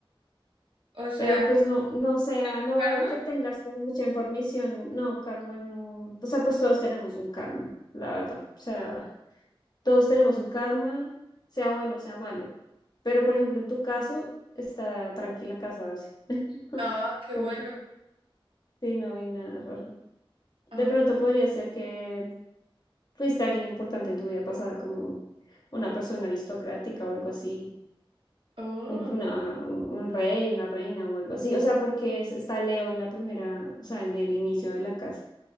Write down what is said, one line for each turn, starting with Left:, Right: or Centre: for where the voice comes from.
Right: O sea,
Left: pero pues no, no, o sea,
Right: ¿tengo
Left: no
Right: karma?
Left: veo que tengas como mucha información, no, karma, no, o sea, pues todos tenemos un karma, la verdad, o sea, todos tenemos un karma, sea bueno, sea malo, pero por ejemplo, en tu caso, está tranquila casa 12.
Right: Ah,
Left: <laughs>
Right: qué bueno.
Left: Sí, no hay nada raro.
Right: Ah,
Left: De pronto podría ser que fuiste alguien importante en tu vida pasada, como una persona aristocrática o algo así,
Right: oh,
Left: un, una- un- un rey, una reina o algo así. O sea, porque es- está Leo en la primera, o sea, en el inicio de la casa.